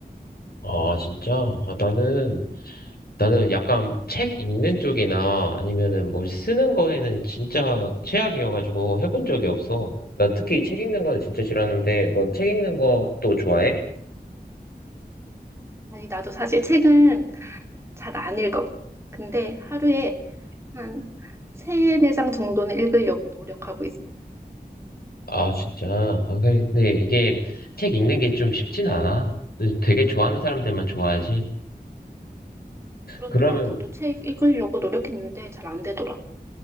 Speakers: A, on the left (about 70°); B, on the right (about 15°).
A: 아, 진짜? 아, 나는, 나는 약간 책 읽는 쪽이나 아니면은 뭘 쓰는 거에는 진짜 최악이어가지고 해본 적이 없어. 난 특히 책 읽는 거는 진짜 싫어하는데, 넌 책 읽는 것도 좋아해?
B: 아니, 나도 사실 책은 잘 안 읽어. 근데 하루에 한 세네 장 정도는 읽으려고 노력하고 있어.
A: 아, 진짜. 아, 근데 근데 이게 책 읽는 게 좀 쉽진 않아. 근데 되게 좋아하는 사람들만 좋아하지.
B: 그렇더라.
A: 그러면,
B: 나도 책 읽으려고 노력했는데 잘 안 되더라.